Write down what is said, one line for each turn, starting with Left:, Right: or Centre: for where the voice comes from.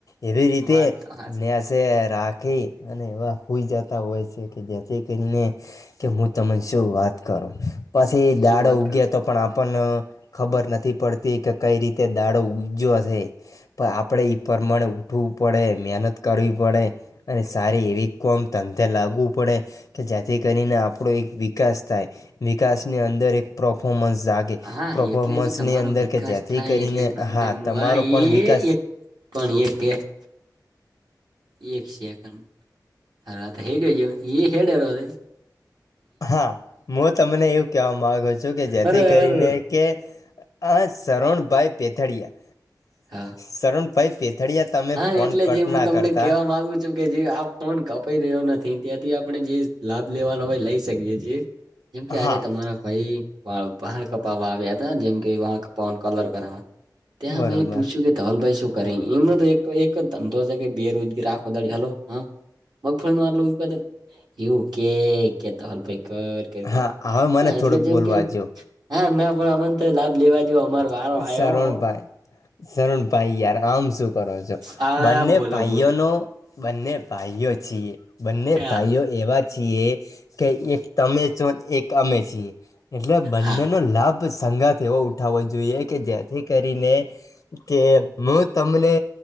Left: એવી રીતે
Right: વાત તો હાચી
Left: ને શે રાખી અને એવા હોઈ જતા હોય છે કે જેથી કરીને કે મુ તમે શું વાત કરો પછી દાડો
Right: શું વાત
Left: ઉગ્યો
Right: કરો
Left: તો પણ આપને ખબર નથી પડતી કે કઈ રીતે દાડો ઉગજ્યો હશે પણ આપણે એ પ્રમાણે ઉઠવું પડે મહેનત કરવી પડે અને સારી એવી કોમ તંતે લાગવું પડે કે જેથી કરીને આપણો એક વિકાસ થાય વિકાસની અંદર એક પરફોર્મન્સ જાગે
Right: હા
Left: પરફોર્મન્સની
Right: એટલે જે તમારો
Left: અંદર
Right: વિકાસ
Left: કે જેથી
Right: થાય
Left: કરીને
Right: એટલે તમને
Left: હા
Right: હું
Left: તમારો
Right: આ એ
Left: પણ વિકાસ
Right: એક પાણી એક એક સેકન્ડ રા તો હઈ ગયોજ એ હેેરોદ
Left: હા હું તમને એવું કહેવા માગુ છું કે જેથી
Right: અરે
Left: કરીને
Right: અરે
Left: કે આ શરણભાઈ પેથળિયા
Right: હા
Left: શરણભાઈ પે અથડિયા તમે
Right: હા
Left: ફોન
Right: એટલે
Left: કટ
Right: જે હું
Left: ના
Right: તમને
Left: કરતા
Right: કેવા માંગુ કે જે આ ફોન કપાઈ રહ્યો નથી ત્યાંથી આપણે જે લાભ લેવાનો હોય લઈ શકીએીએ. જેમ કે આજે
Left: હા
Right: તમારા ભાઈ વા વાહાર કપાવા આવ્યા હતા જેમ કે વા કપાવાનો કલર કર ત્યાં
Left: બરોબર
Right: મેં એ પૂછ્યું કે તોલભાઈ શું કરે એમ તો એક તો એક જ ધંધો છે, કે બેરોજગી આખો દાડી હલો હ મગફળીટ યુ કે કેતાલ પેક કરે
Left: હા હવે મને
Right: એટલે
Left: થોડુંક
Right: જેમ
Left: બોલવા
Right: કે
Left: જો
Right: હા ના પણ અમને તો લાભ લેવા જે અમારો વારો આવ્યો
Left: શારણભાઈ
Right: હો.
Left: શારણ ભાઈ યાર આમ શું કરો છો,
Right: હા
Left: બંને
Right: બોલો
Left: ભાઈઓનો
Right: બોલો
Left: બંને પાઈઓ છીએ બંને
Right: ક્યા
Left: પાઈઓ એવા છીએ કે એક તમે છો ને એક અમે છીએ એટલે બંને
Right: હા
Left: નો લાભ સંગા એવો ઉઠ. ઉઠાવો જોઈએ કે જેથી કરીને કે હું તમને